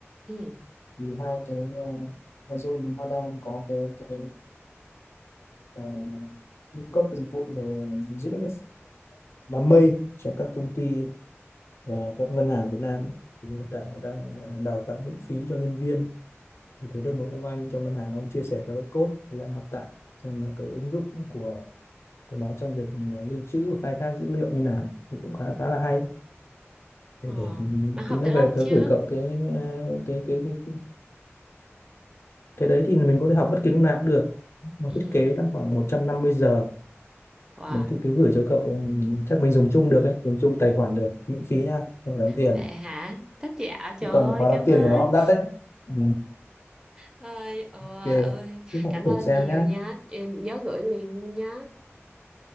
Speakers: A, on the right (about 15°); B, on the left (about 65°).
A: Ừ.
B: thì hai cái uh, Amazon họ đang có cái cái uh, cung cấp dịch vụ về dữ liệu đám mây cho các công ty và các ngân hàng Việt Nam thì hiện tại họ đang à, đào tạo miễn phí cho nhân viên thì thấy được một ông anh trong ngân hàng ông chia sẻ cho cái code tôi đang học tại xem là cái ứng dụng của của nó trong việc ờ, lưu trữ và khai thác dữ liệu như nào thì cũng khá khá là hay để,
A: Ờ.
B: để
A: Bạn học
B: tí nó
A: được
B: về
A: lâu
B: tới
A: chưa?
B: gửi cậu cái, à, cái cái cái cái đấy thì mình có thể học bất kỳ lúc nào cũng được mà
A: Ừ.
B: thiết kế là khoảng 150 giờ
A: Wow,
B: đấy thì cứ gửi cho cậu chắc mình dùng chung được ấy dùng chung tài khoản được miễn phí nha không phải đóng tiền
A: vậy hả? Thích dạ trời
B: chứ còn
A: ơi,
B: khóa
A: cảm
B: đóng tiền
A: ơn.
B: của nó đắt đấy ừ.
A: Ơi, ôi,
B: ok
A: ơi,
B: cứ học
A: cảm
B: thử
A: ơn
B: xem
A: nhiều
B: nhá
A: nha. Ừ, Nhớ gửi liền luôn nhá.